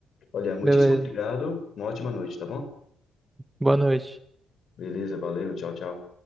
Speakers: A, on the left; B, on the right.
A: Olha, muitíssimo
B: Beleza.
A: obrigado, uma ótima noite, tá bom?
B: Boa noite.
A: Beleza, valeu, tchau, tchau.